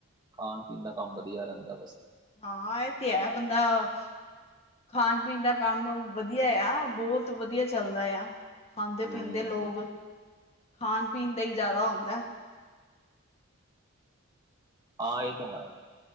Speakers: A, on the right; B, on the left.
A: ਖਾਣ- ਪੀਣ ਦਾ ਕੰਮ ਵਧੀਆ ਰਹਿੰਦਾ ਬਸ।
B: ਹਾਂ ਇਹ ਤੇ ਹੈ, ਬੰਦਾ ਖਾਣ- ਪੀਣ ਦਾ ਕੰਮ ਵਧੀਆ ਆ, ਬਹੁਤ ਵਧੀਆ ਚੱਲਦਾ ਆ। ਖਾਂਦੇ
A: ਹੂੰ
B: ਪੀਂਦੇ ਲੋਕ, ਖਾਣ ਪੀਣ ਦਾ ਹੀ ਜ਼ਿਆਦਾ ਹੁੰਦਾ।
A: ਹਾਂ ਇਹ ਤਾਂ ਹੈ,